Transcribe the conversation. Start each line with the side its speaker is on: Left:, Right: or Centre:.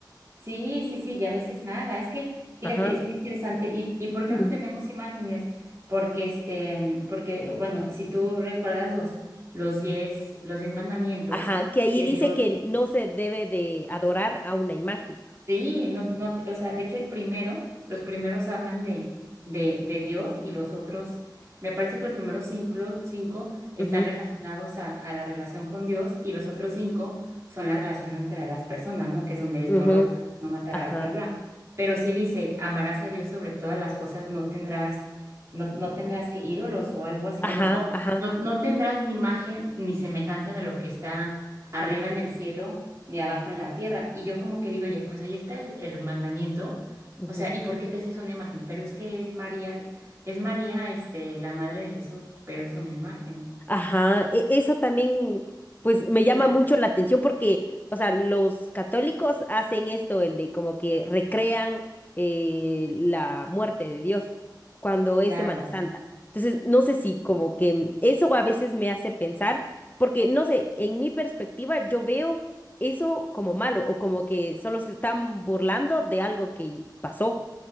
Right: Sí, sí, sí, y a veces nada. Es que, fíjate,
Left: Ajá.
Right: es muy interesante. ¿Y, y por qué
Left: Ujú.
Right: no tenemos imágenes? Porque, este, porque, bueno, si tú recuerdas los, los diez, los diez mandamientos
Left: Ajá, que allí
Right: que
Left: dice
Right: Dios,
Left: que no se debe de adorar a una imagen.
Right: Sí, no, no, te- o sea, de hecho el primero, los primeros hablan de, de, de Dios y los otros, me parece que los primeros cinco, cinco están
Left: Ujú,
Right: relacionados a, a la relación con Dios y los otros cinco son la relación entre las personas, ¿no? Que es donde es no
Left: ujú,
Right: robarás, no matarás,
Left: ajá,
Right: bla, bla. Pero sí dice, amarás a Dios sobre todas las cosas, no tendrás, no, no tendrás que ídolos o algo así,
Left: ajá,
Right: o no, o
Left: ajá.
Right: no no tendrás ni imagen ni semejanza de lo que está arriba en el cielo de abajo en la tierra. Y yo como que digo, oye, pues ahí está el, el mandamiento.
Left: ujú.
Right: O sea, ¿y por qué te haces una imagen? Pero es que es María, es María, este, la madre de Jesús, pero es una imagen.
Left: Ajá, e- eso también, pues me llama
Right: O
Left: mucho la atención porque, o sea, los católicos hacen esto, el de como que recrean eh, la muerte de Dios cuando es
Right: Claro,
Left: Semana Santa. Entonces, no sé si como que mm, eso a veces me hace pensar, porque no sé, en mi perspectiva yo veo eso como malo o como que solo se están burlando de algo que pasó.